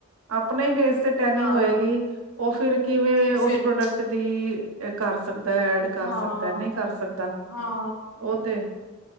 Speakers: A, on the right; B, on the left.
A: ਅਪਨੇ ਈ ਫੇਸ ਤੇ ਟੈਨਿੰਗ
B: ਹਾਂ
A: ਹੋਏਗੀ ਓ ਫਿਰ ਕਿਵੇਂ
B: ਤੇ ਫਿਰ
A: ਉਸ ਪ੍ਰੋਡਕਟ ਦੀ ਏ ਕਰ ਸਕਦੈ, ਐਡ ਕਰ
B: ਹਾਂ
A: ਸਕਦੈ, ਨਈ ਕਰ ਸਕਦਾ
B: ਹਾਂ
A: ਓ ਤੇ।